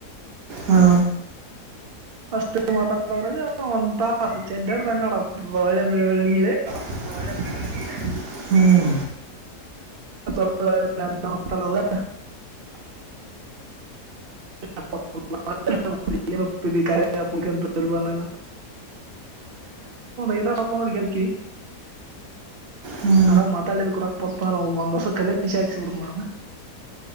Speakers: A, on the right (about 65°); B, on the right (about 40°).
A: ಹಾ
B: ಅಷ್ಟು ಮಾತಾಡದ್ರಾಗ ಒಂತಾಸ ಚೆಡ್ಜರ್ ತನ್ನಡ ಒಳ್ಳೆಂಬಳಿ ಒಳ್ಳೆಂಬಳಿ
A: ಹ ಹ್ಮ್
B: <inaudible> ತ ಬ ಬಾಯ ಬಪ್ಪ ಅಂದ ಇದ್ ಸ್ರೆ ಕೇಳ್ಕವಿ
A: ಹ್ಞೂ
B: ಆರಾಮ್ ಮಾತಾಡಿದ ಕೊರಕ್ ಬರ್ತಾನ ಒಂದ್ ವರ್ಷ ಕರಿ ಶಾಕ್ಸಬಡ ನಾನು.